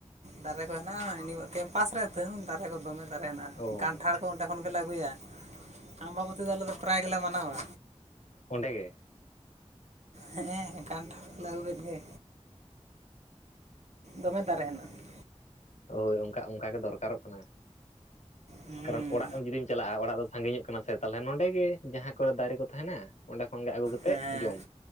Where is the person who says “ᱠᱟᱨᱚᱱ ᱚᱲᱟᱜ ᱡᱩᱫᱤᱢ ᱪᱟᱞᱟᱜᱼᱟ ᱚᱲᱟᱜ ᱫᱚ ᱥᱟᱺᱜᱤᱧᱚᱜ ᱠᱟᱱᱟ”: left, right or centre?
Left